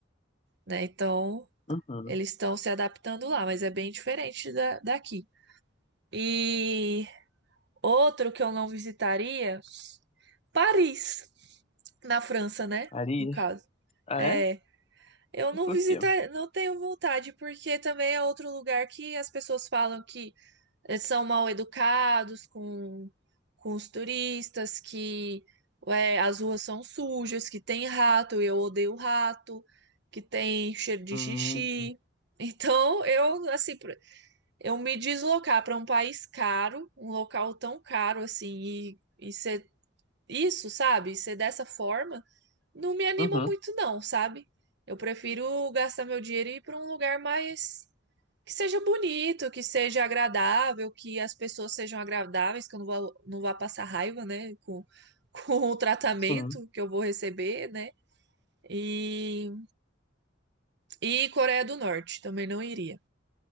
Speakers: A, on the right (about 60°); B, on the left (about 35°).
A: né? Então
B: Uhum.
A: eles estão se adaptando lá, mas é bem diferente da, daqui. E outro que eu não visitaria, Paris, na França, né?
B: Arias?
A: No caso.
B: Ah,
A: É,
B: é?
A: eu não
B: E Por
A: visitar,
B: quê?
A: não tenho vontade, porque também é outro lugar que as pessoas falam que eles são mal educados com, com os turistas, que é, as ruas são sujas, que tem rato, eu odeio rato, que tem cheiro de
B: Hum.
A: xixi. <laughs> Então, eu, assim, pra- eu me deslocar para um país caro, um local tão caro assim, e, e ser isso, sabe? Ser dessa forma, não me anima
B: Uhum.
A: muito, não, sabe? Eu prefiro gastar meu dinheiro e ir para um lugar mais que seja bonito, que seja agradável, que as pessoas sejam agradáveis, que eu não vá, não vá passar raiva, né, com, <laughs> com o tratamento
B: Sim.
A: que eu vou receber, né? E, e Coreia do Norte, também não iria.